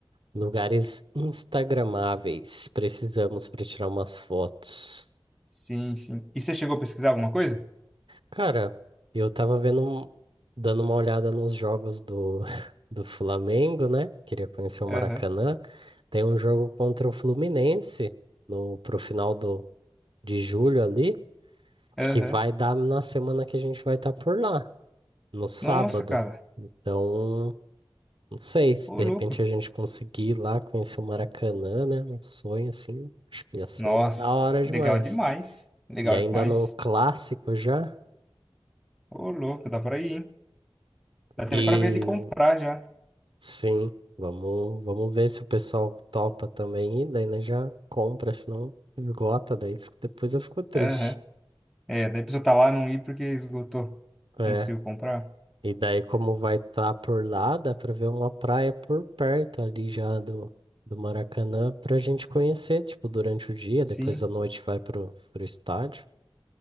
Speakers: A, on the right; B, in the centre.
A: Lugares instagramáveis. Precisamos para tirar umas fotos.
B: Sim, sim. E você chegou a pesquisar alguma coisa?
A: Cara, eu tava vendo, um- dando uma olhada nos jogos do, <laughs> do Flamengo, né? Queria conhecer o Maracanã.
B: Aham,
A: Tem um jogo contra o Fluminense no, pro final do, de julho ali,
B: aham.
A: que vai dar na semana que a gente vai estar por lá, no sábado.
B: Nossa, cara.
A: Então, não sei se
B: Ô,
A: de
B: louco.
A: repente a gente conseguir ir lá conhecer o Maracanã, né? Um sonho assim, acho que ia ser
B: Nossa,
A: da hora
B: legal
A: demais.
B: demais. Legal
A: E ainda
B: demais.
A: num clássico já.
B: Ô, louco, dá pra ir, hein? Dá
A: E
B: até pra ver de comprar já.
A: sim, vamos, vamos ver se o pessoal topa também. E daí, né, já compra, senão esgota. Daí fico- depois eu fico triste.
B: Aham. É, daí a pessoa tá lá, não ir porque esgotou.
A: É.
B: Não conseguiu comprar.
A: E daí, como vai estar por lá, dá pra ver uma praia por perto ali já do, do Maracanã pra gente conhecer, tipo, durante o dia.
B: Sim.
A: Depois à noite vai pro, pro estádio.